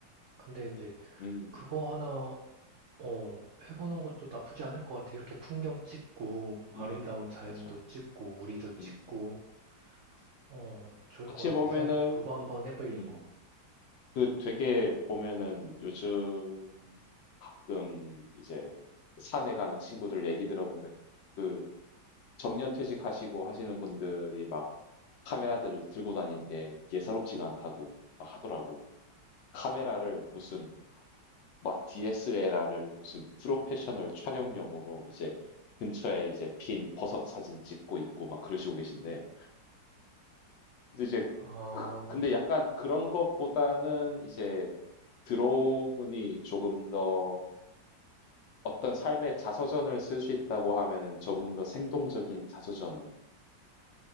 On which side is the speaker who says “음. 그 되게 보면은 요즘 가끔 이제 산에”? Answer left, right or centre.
Left